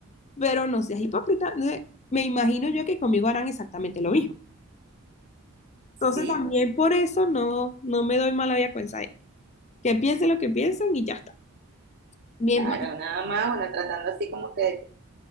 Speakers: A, on the left; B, on the right.
A: Pero no seas hipócrita. No sé, Me imagino yo que conmigo harán exactamente lo mismo. Entonces
B: Sí,
A: también por eso no, no me doy mala vida con esa gente. Que piensen lo que piensan y ya está. Mien-
B: claro, nada más, bueno, tratando así como que